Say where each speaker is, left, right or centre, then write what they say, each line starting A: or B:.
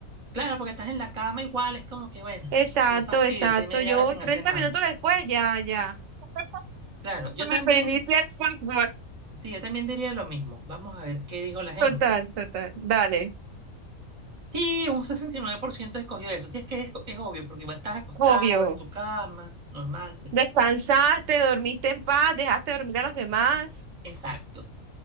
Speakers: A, on the right; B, on the right.
A: Claro, porque estás en la cama igual, es como que, bueno,
B: Exacto,
A: qué fastidio,
B: exacto.
A: estoy media
B: Yo
A: hora sin
B: 30
A: hacer nada.
B: minutos después, ya, ya. <laughs>
A: Claro,
B: Se
A: yo
B: me
A: también,
B: reinicia el software.
A: sí, yo también diría lo mismo. Vamos a ver qué dijo la gente.
B: Total, total. Dale.
A: Sí, un 69% escogió eso. Sí, es que es, es obvio, porque igual estás acostado
B: Obvio.
A: en tu cama, normal.
B: Descansaste, dormiste en paz, dejaste dormir a los demás.
A: Exacto.